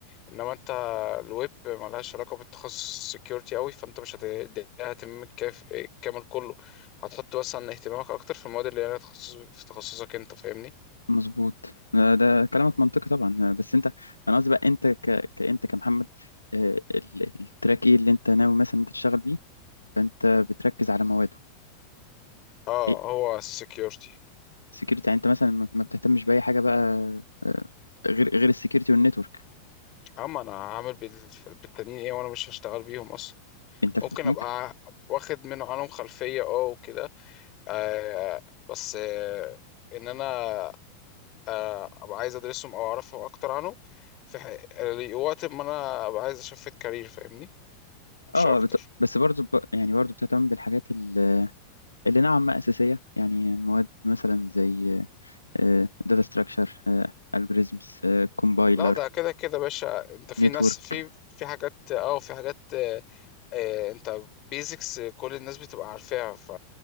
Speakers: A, on the left; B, on the left.
A: انما انت الويب ملهاش علاقه بالتخصص السكيورتي قوي فانت مش هتديها اهتمامك كاف- كامل كله هتحط مثلا اهتمامك اكتر في المواد اللي ليها تخصص في تخصصك انت فاهمني
B: مظبوط آه، ده كلامك منطقي طبعا آه، بس انت انا قصدي بقى انت ك... كانت كمحمد آه، ال- التراك ايه اللي انت ناوي مثلا انت تشتغل بيه فانت بتركز على مواده
A: اه
B: ايه
A: هو السكيورتي
B: سكيورتي يعني انت مثلا ما ما بتهتمش باي حاجه بقى آه، غير غير السكيورتي والنتورك
A: اما انا عامل بال- بالتانيين ايه وانا مش هشتغل بيهم اصلا
B: انت ف-
A: ممكن
B: ممكن
A: ابقى واخد منه عنهم خلفيه اه وكده آه بس آه ان انا آه ابقى عايز ادرسهم او اعرفهم اكتر عنهم في ح- وقت ما انا ابقى عايز اشفت كارير فاهمني
B: اه
A: مش اكتر
B: بت... بس برضو ب... يعني برضو بتهتم بالحاجات ال- اللي نوعا ما اساسيه يعني مواد مثلا زي داتا ستراكشر الجوريزمز كومبايلر
A: لا ده كده كده يا باشا انت في
B: نتورك
A: ناس في في حاجات اه في حاجات اه اه، انت بيزكس كل الناس بتبقى عارفاها ف